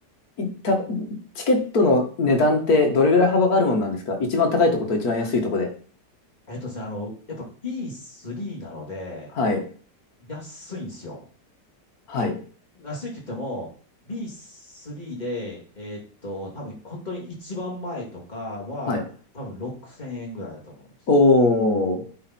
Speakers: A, on the left; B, on the left.
A: いた、チケットの値段ってどれぐらい幅があるもんなんですか一番高いとこと一番安いとこで。
B: えっとですね、あの、やっぱ B3 なので、
A: はい。
B: 安いんですよ。
A: はい。
B: 安いって言っても、B3 で、えっと、多分、本当に一番前とかは、
A: はい。
B: 多分6000円ぐらいだと思う。
A: おー、